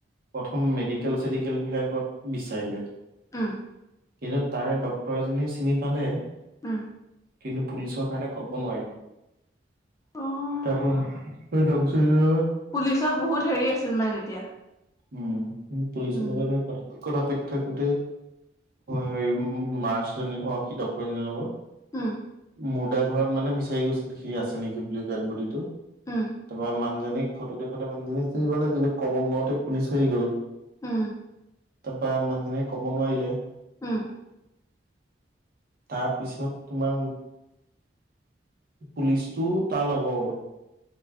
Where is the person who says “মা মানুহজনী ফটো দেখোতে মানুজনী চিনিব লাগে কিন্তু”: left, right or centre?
Right